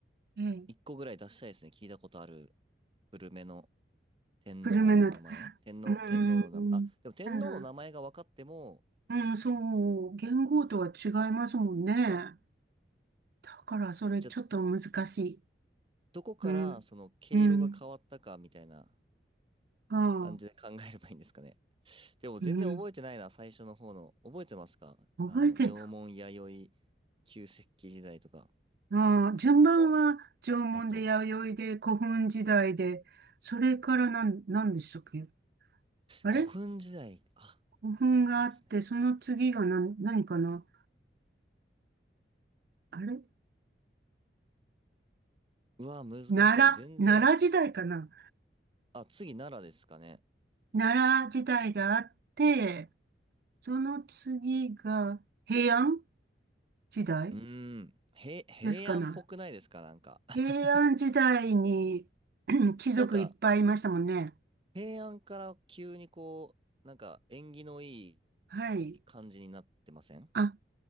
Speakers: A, on the right; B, on the right.
A: ええ。
B: 一個ぐらい出したいですね。聞いたことある、古めの天皇の名前天皇、
A: 古めの、うーん。
B: 天皇の名前、あ、でも天皇の名前が分かっても、
A: なら、うん、そう。元号とは違いますもんね。
B: そっか。
A: だから、それちょっと難しい。
B: じゃあ、どこからその毛色が変わったかみたいな
A: うん。うん。ああ。
B: 感じで考えればいいんですかね。でも全然覚えてないな、
A: うん。
B: 最初の方の。覚えてますかあの、
A: 覚えて、
B: 縄文弥生、旧石器時代とか、
A: ああ、順番は縄文で弥生で古墳時代で、
B: その後、
A: それからなん、何でしたっけあれ
B: 古墳時代、あ、
A: 古墳があって、
B: あったっすね。
A: その次が何、何かなあれ
B: うわ、難しい。
A: 奈良、
B: 全然、
A: 奈良時代かな
B: あ、次奈良ですかね。
A: 奈良時代があって、その次が平安時代
B: うーん。へ、平安っぽくないですかなんか。
A: ですかな。
B: <laughs>
A: 平安時代に <clears throat> 貴族いっぱいいましたもんね。
B: なんか、平安から急にこう、なんか縁起のい
A: はい。
B: い感じになってません
A: あ、